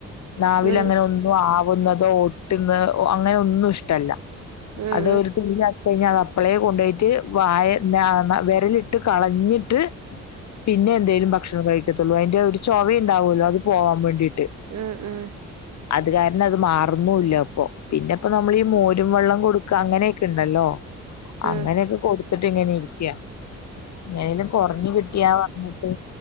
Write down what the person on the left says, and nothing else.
നാവിലങ്ങനെ
ഒന്നും ആവുന്നതോ ഒട്ടുന്ന അങ്ങനെ ഒന്നും ഇഷ്ടല്ല
അത് ഒരു തുള്ളി ആയി കഴിഞ്ഞ അത് അപ്പളേ കൊണ്ട് പോയിട്ട് വായ ആഹ് വിരലിട്ട് കളഞ്ഞിട്ട് പിന്നെ എന്തേലും ഭക്ഷണം കഴിക്കത്തുള്ളൂ അതിന്റെ ഒരു ചൊവയുണ്ടാവോലോ അത് പോവാൻ വേണ്ടിയിട്ട്
അത് കാരണം അത് മാറുന്നു ഇല്ല ഇപ്പൊ പിന്നെ ഇപ്പോ നമ്മളീ മോരും വെള്ളം കൊടുക്ക അങ്ങനെയൊക്കെ ഇണ്ടല്ലോ അങ്ങനെയൊക്കെ
കൊടുത്തിട്ട് ഇങ്ങനെ ഇരിക്ക എങ്ങനേലും കുറഞ്ഞ് കിട്ടിയാന്ന് പറഞ്ഞിട്ട്